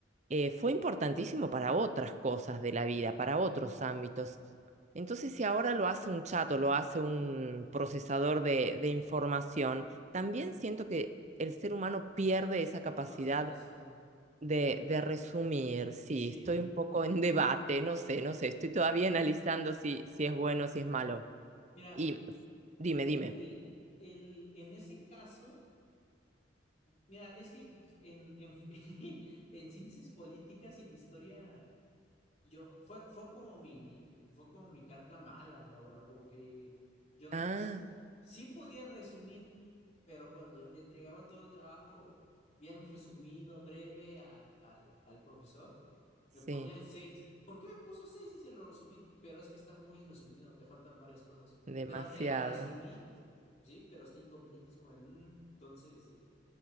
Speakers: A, on the right; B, on the left.
A: eh, fue importantísimo para otras cosas de la vida, para otros ámbitos. Entonces, si ahora lo hace un chat o lo hace un procesador de, de información, también siento que el ser humano pierde esa capacidad
B: Concentración,
A: de,
B: sí,
A: de resumir. Sí,
B: sí.
A: estoy un poco en debate, no sé, no sé, estoy todavía analizando si, si es bueno si es malo.
B: Mira,
A: Y dime,
B: el,
A: dime.
B: el, el, en ese caso... Mira, es que en, en, <laughs> en ciencias políticas y en historia, yo, fue, fue como mi, fue como mi carta mala, Laura, porque yo nunca
A: Ah,
B: su, sí podía resumir, pero cuando le entregaba todo el trabajo bien resumido, breve al, al, al profesor,
A: sí,
B: me ponía el seis ¿Por qué me puso 6 si se lo resumí? Pero es que está muy resumido, te faltan varias cosas.
A: demasiado.
B: Pero te lo resumí, sí, pero está incompleto, es como de, mm, entonces el,